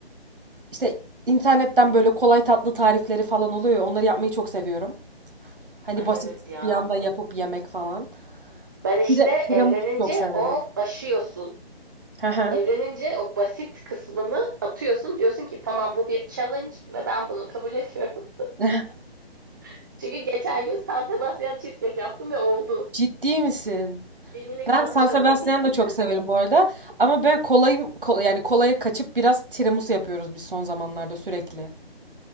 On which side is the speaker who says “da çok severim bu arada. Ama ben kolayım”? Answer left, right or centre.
Right